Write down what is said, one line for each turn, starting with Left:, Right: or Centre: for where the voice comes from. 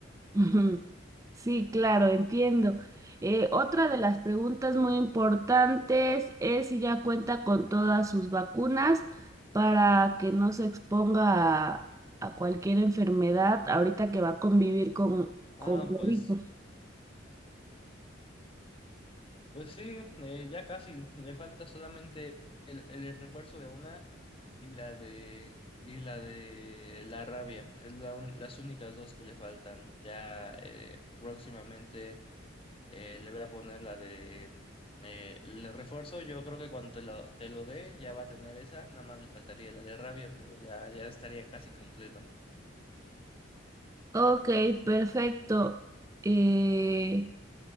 Right: Ujú. Sí, claro, entiendo. Eh, otra de las preguntas muy importantes es si ya cuenta con todas sus vacunas para que no se exponga a, a cualquier enfermedad ahorita que va a convivir con,
Left: Ah,
Right: con perritos.
Left: pues Pues sí, eh, ya casi. Le falta solamente el, el refuerzo de una y la de y la de la rabia. Es la un- las únicas dos que le faltan. Ya eh, próximamente eh, le voy a poner la de eh, el refuerzo. Yo creo que cuando te lo, te lo dé ya va a tener esa. Nada más le faltaría la de rabia, pero ya, ya estaría casi completo.
Right: Ok, perfecto. Eh,